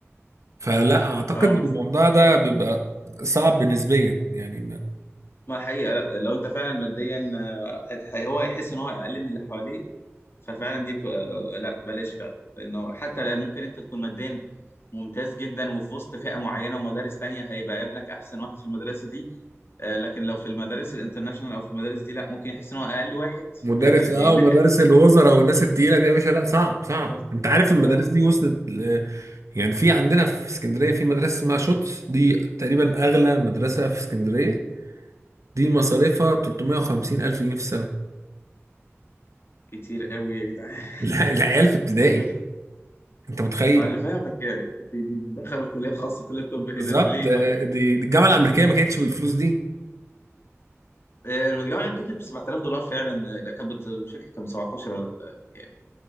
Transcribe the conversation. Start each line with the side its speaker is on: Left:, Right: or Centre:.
Right: فلا اعتقد
Left: اه
Right: الموضوع
Left: بس
Right: ده بيبقى صعب نسبيا يعني
Left: ما حقيقه لا لو انت فعلا ماديا آه، هت- هي- هو هيحس ان هو اقل من اللي حواليه ففعلا دي بتبقى لا بلاش فعلا لانه حتى لا ممكن انت تكون ماديا ممتاز جدا وفي وسط فئه معينه ومدارس تانية هيبقى ابنك احسن واحد في المدرسه دي آه، لكن لو في المدارس الانترناشونال او في المدارس دي لا ممكن يحس ان هو اقل واحد
Right: مدرس
Left: لا يعني
Right: اه
Left: الناحيه
Right: ومدارس
Left: التانية
Right: الوزراء
Left: احسن
Right: والناس التقيله دي يا باشا لا صعب
Left: بالظبط
Right: صعب انت عارف
Left: اللي
Right: المدارس
Left: هو
Right: دي وصلت ل... يعني في عندنا في اسكندريه في مدرسه اسمها شوتس دي تقريبا اغلى مدرسه في اسكندريه دي مصاريفها 350 الف جنيه في السنه
Left: كتير قوي يا جدعان
Right: <laughs> لا العيال في ابتدائي
Left: <laughs>
Right: انت متخيل
Left: انا فاهمك يعني دي دي دي دخل كليات خاصه كليه طب
Right: بالظبط
Left: هنا ليه
Right: ده-
Left: طيب
Right: دي, دي الجامعه الامريكيه ما كانتش بالفلوس دي
Left: آه، المتجمع يمكن كانت ب 7000 دولار فعلا آه، لا كانت بت- مش فاكر كان ب 17 ولا ب- بكام